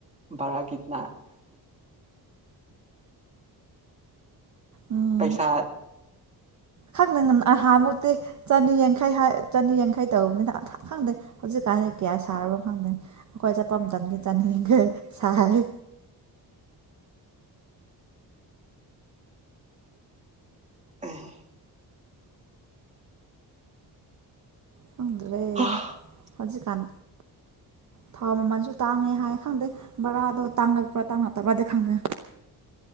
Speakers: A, on the right; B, on the right.
A: ꯚꯔꯥꯒꯤꯅ
B: ꯎꯝ
A: ꯄꯩꯁꯥ
B: ꯈꯪꯗꯦ ꯑꯍꯥꯟꯃꯨꯛꯇꯤ ꯆꯅꯤ ꯌꯥꯡꯈꯩ ꯆꯅꯤ ꯌꯥꯡꯈꯩ ꯇꯅꯤꯅ ꯈꯪꯗꯦ ꯍꯧꯖꯤꯛꯀꯥꯟꯗꯤ ꯀꯌꯥ ꯁꯥꯔꯕꯣ ꯈꯪꯗꯦ ꯑꯩꯈꯣꯏ ꯆꯠꯄ ꯃꯇꯝꯗꯤ ꯆꯅꯤ ꯌꯥꯡꯈꯩ ꯁꯔꯦ
A: <inaudible> <inaudible>
B: ꯈꯪꯗ꯭ꯔꯦ ꯍꯧꯖꯤꯛꯀꯥꯟ ꯊꯥꯎ ꯃꯃꯜꯁꯨ ꯇꯥꯡꯉꯦ ꯍꯥꯏ ꯈꯪꯗꯦ ꯕꯔꯥꯗꯣ ꯇꯥꯡꯉꯛꯄ꯭ꯔꯥ ꯇꯥꯡꯉꯛꯇꯕ꯭ꯔꯥꯗꯤ ꯈꯪꯗꯦ